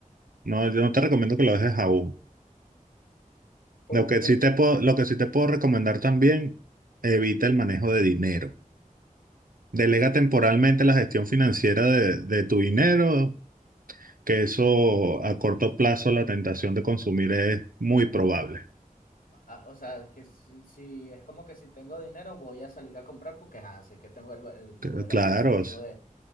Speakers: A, on the right; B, on the left.
A: No, yo no te recomiendo que lo dejes aún.
B: Por,
A: Lo que
B: por-
A: sí te puedo, lo que sí te puedo recomendar también, evita el manejo de dinero. Delega
B: del no-
A: temporalmente la gestión financiera de, de tu dinero, que eso a corto plazo la tentación de consumir es muy probable.
B: ah, o sea, que si, si- es como que si tengo dinero voy a salir a comprar porque ah, sé que tengo el, el poder
A: C- Claro,
B: adquisitivo
A: s-
B: de...